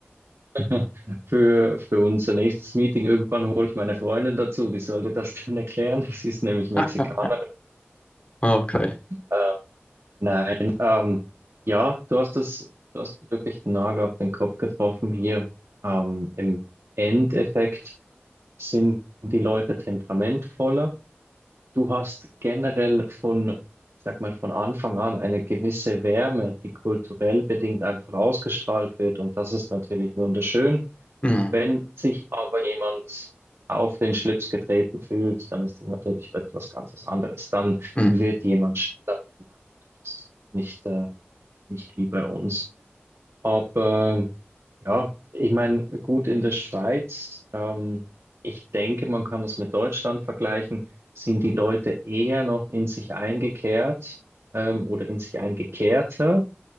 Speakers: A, on the right; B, on the left.
A: <laughs> Für, für unser nächstes Meeting irgendwann hole ich meine Freundin dazu, die sollte das dann <laughs> erklären. Sie ist nämlich Mexikanerin.
B: <laughs> Okay.
A: Äh, nein, ähm, ja, du hast das, du hast wirklich den Nagel auf den Kopf getroffen hier. Ähm, im Endeffekt sind die Leute temperamentvoller. Du hast generell von, ich sag mal, von Anfang an eine gewisse Wärme, die kulturell bedingt einfach ausgestrahlt wird. Und das ist natürlich wunderschön.
B: Mhm.
A: Wenn sich aber jemand auf den Schlips getreten fühlt, dann ist das natürlich etwas ganz anderes. Dann
B: Mhm.
A: wird jemand schneller Das ist nicht, äh, nicht wie bei uns. Aber ja, ich meine, gut in der Schweiz, ähm, ich denke, man kann das mit Deutschland vergleichen, sind die Leute eher noch in sich eingekehrt, ähm, oder in sich eingekehrter.